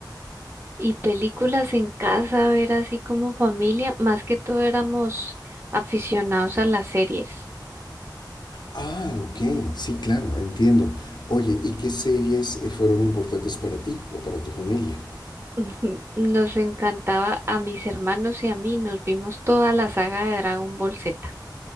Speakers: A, on the right; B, on the left.
A: y películas en casa, a ver así como familia, más que todo éramos aficionados a las series.
B: Ah, ok, sí, claro, entiendo. Oye, ¿y qué series eh, fueron importantes para ti o para tu familia?
A: <laughs> Ujú, Nos encantaba a mis hermanos y a mí, nos vimos toda la saga de Dragon Ball Z.